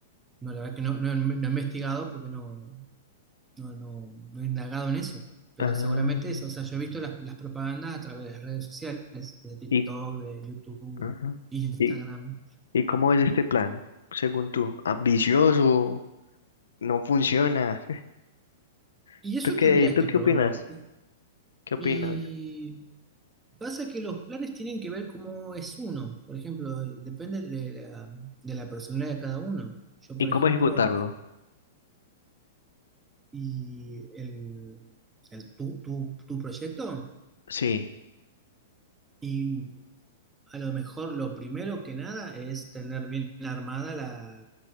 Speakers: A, on the right (about 15°); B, on the left (about 75°).
A: No, la verdad que no, no, no he investigado porque no, no, no, no he indagado en eso, pero
B: Ah,
A: seguramente es, o sea, yo he visto las, las propagandas a través de las redes sociales, de TikTok,
B: y,
A: de YouTube,
B: ajá.
A: Instagram,
B: ¿Y, y cómo es este plan, según tú? ¿Ambicioso? ¿No funciona? <laughs>
A: y eso
B: ¿Tú qué,
A: tendrías
B: tú
A: que
B: qué
A: probarlo.
B: opinas? ¿Qué opinas?
A: Y pasa que los planes tienen que ver cómo es uno. Por ejemplo, depende de la, de la personalidad de cada uno. Yo, por
B: ¿Y cómo
A: ejemplo,
B: ejecutarlo?
A: y el, el tu, tu, tu proyecto,
B: Sí.
A: y a lo mejor lo primero que nada es tener bien armada la,